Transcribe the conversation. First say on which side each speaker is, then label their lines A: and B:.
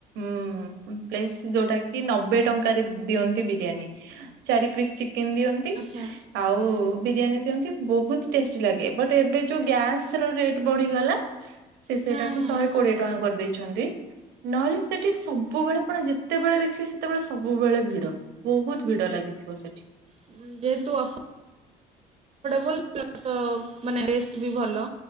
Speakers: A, on the right; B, on the right.
A: ଉ ପ୍ଲେସ୍ ଯୋଉଟା କି ନବେ ଟଙ୍କାରେ ଦିଅନ୍ତି ବିରିୟାନୀ। ଚାରି ପିସ୍ ଚିକେନ୍ ଦିଅ
B: ଆଚ୍ଛା।
A: ଆଉ ବିରିୟାନୀ ଦିଅନ୍ତି। ବହୁତ ଟେଷ୍ଟି ଲାଗେ। ବଟ ଏବେ ଯୋଉ ଗ୍ୟାସ୍ ର ରେଟ୍ ବଢିଗଲା। ସେ ସେଇଟାକୁ
B: ହୁଁ ହୁଁ। ଉଁ,
A: ଶହେ କୋଡିଏ ଟଙ୍କା କରିଦେଇଛନ୍ତି। ନହେଲେ ସେଠି ସବୁବେଳେ କଣ ଯେତେବେଳେ ଦେଖିବେ ସେତେବେଳେ ସବୁବେଳେ ଭିଡ। ବହୁତ ଭିଡ ଲାଗିଥିବ ସେଠି।
B: ହୁଁ ଯେହେତୁ ଅଫ ବୁଲ ପ୍ଲସ ମାନେ ଟେଷ୍ଟ ବି ଭଲ